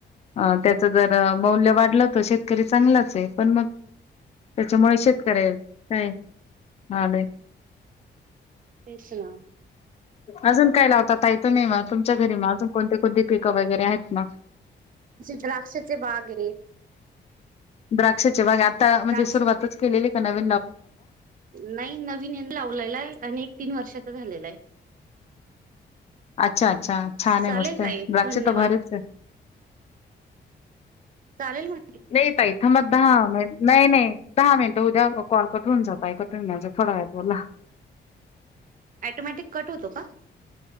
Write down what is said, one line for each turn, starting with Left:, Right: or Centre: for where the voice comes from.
Left: अ त्याचं जर मौल्य वाढलं तर शेतकरी चांगलाच आहे पण मग त्याच्यामुळे शेतकऱय काय आलेय
Right: तेचना
Left: अजून काय लावतात य तु नाही म तुमच्या घरी म अजून कोणती कोणती पिकं वगैरे आहेत ना.
Right: आमची द्राक्षचे बाग आहे.
Left: द्राक्षाचे बघे आता म्हणजे
Right: द्राक्ष
Left: सुरुवातच केलेली का नवी..
Right: नाही नवीन लावलेलाय आणि एक तीन वर्षाचा झालेला आहे..
Left: अच्छा अच्छा छान
Right: चालेल
Left: हे मस्त द्राक्ष
Right: ताई धन्यवाद
Left: भारीचच...
Right: चालेल म..
Left: नाही त इथं मग दहा मि नाही नाही दहा मिनटं उद्या कॉल कठून जातय कतून घ जात... थोडावेळ बोला....
Right: ऍटोमॅटिक कट होतो का?